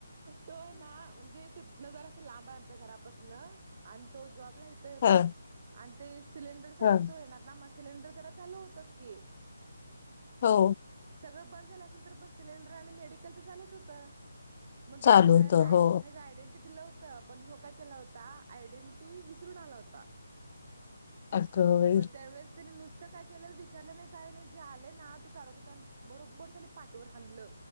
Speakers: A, on the right (about 40°); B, on the left (about 35°).
A: तो आहे ना म्हणजे ते. न जरास लांब आहे आमच्या घरापासनं आणि तो जॉबला इथं येतो.
B: हा
A: आणि ते सिलेंडर साठी
B: हा
A: तो येणार ना मग सिलेंडर जरा चालू होतच की
B: हो.
A: सगळं बंद झालं असेल, तर पण सिलेंडर आणि मेडिकल तर चालुच होतं. मग त्यांच्या
B: चालू
A: गळ्यात
B: होतं हो
A: आयडेंटिटी दिलं होत. पण ह्यो काय केला होता, आयडेंटिटी विसरून आला होता.
B: अगं बाई
A: मग त्यावेळेस त्यांनी नुस इ काय केलं विचारलं नाही काय नाही जे आले ना तो चालवत त्या बरोबर त्यानी पाठीवर हानल.